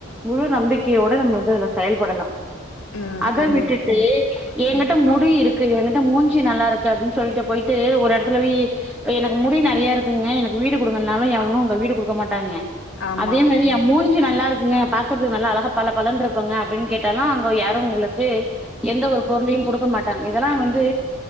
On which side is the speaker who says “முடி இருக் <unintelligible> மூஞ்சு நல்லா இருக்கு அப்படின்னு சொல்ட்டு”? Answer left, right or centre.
Centre